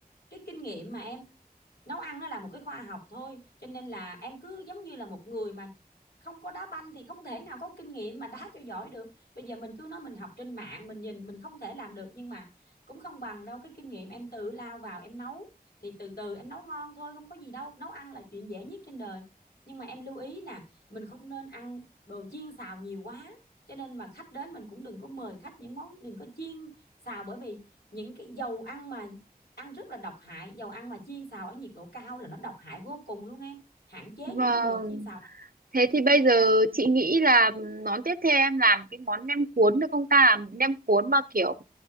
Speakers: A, on the left; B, on the right.
A: cái kinh nghiệm mà em nấu ăn nó là một cái khoa học thôi cho nên là em cứ giống như là một người mà không có đá banh thì không thể nào có kinh nghiệm mà đá cho giỏi được bây giờ mình cứ nói mình học trên mạng mình nhìn mình không thể làm được nhưng mà cũng không bằng đâu cái kinh nghiệm em tự lao vào em nấu thì từ từ em nấu ngon thôi không có gì đâu nấu ăn là chuyện dễ nhất trên đời nhưng mà em lưu ý nè mình không nên ăn đồ chiên xào nhiều quá cho nên mà khách đến mình cũng đừng có mời khách những món đừng có chiên xào bởi vì những cái dầu ăn mà ăn rất là độc hại dầu ăn mà chiên xào ở nhiệt độ cao là nó độc hại vô cùng luôn em hạn chế
B: Vâng,
A: những cái đồ chiên xào ăn
B: thế thì bây giờ chị nghĩ là món tiếp theo em làm cái món nem cuốn được không ta? Nem cuốn mà kiểu